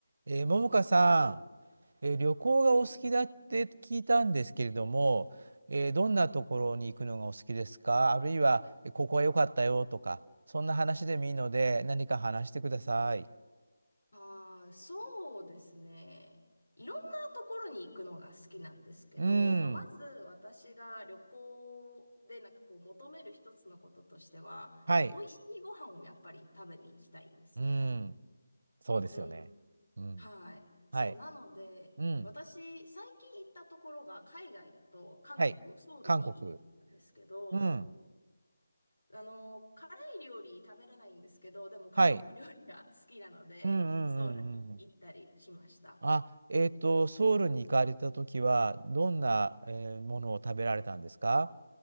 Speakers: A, on the right; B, on the left.
A: えー、ももかさん、えー旅行がお好きだって聞いたんですけれども、
B: はい。
A: えーどんなところに行くのがお好きですかあるいは、えここは良かったよとか、そんな話でもいいので、何か話してください。
B: ああ、そうですね。いろんなところに行くのが好きなんですけど、
A: うん。
B: まあ、まず私が旅行でなんかこう求める一つのこととしては、
A: はい。
B: なんか美味しいご飯をやっぱり食べに行きたいんですよね。
A: うん。そうですよね。
B: うん。
A: うん。
B: はい。そう、
A: はい。
B: なので、
A: うん。
B: 私、最近行ったところが海外だと韓国、
A: はい。
B: ソウルに行ったんですけど、
A: 韓国。うん。
B: あの、辛い料理食べれないんですけど、でも韓国料理が好きなので、
A: はい。うんうんうんうん。
B: ソウルに行ったりしました。
A: あ、えっと、ソウルに行かれたときは、どんな、えーものを食べられたんですか